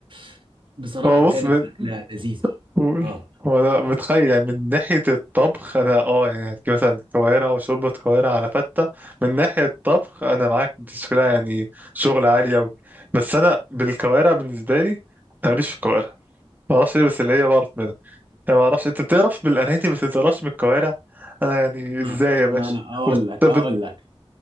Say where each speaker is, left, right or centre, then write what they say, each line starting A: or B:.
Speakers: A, on the right; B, on the right.
A: <laughs> بصراحه
B: هو بص
A: كانت
B: من
A: اكله لذيذه
B: قول
A: اه
B: هو انا متخيل يعني من ناحية الطبخ انا اه يعني هتجيب مثلا كوارع وشوربة كوارع على فتة من ناحية الطبخ انا معاك دي شغلة يعني شغل عالي اوي بس انا بالكوارع بالنسبة لي انا ماليش في الكوارع معرفش ليه بس اللي هي بعرف منها انا ما اعرفش انت بتقرف بالاناتي بس ما بتقرفش بالكوارع انا يعني ازاي
A: اه
B: يا باشا
A: ما انا اقول
B: وبت
A: لك
B: بت...
A: اقول لك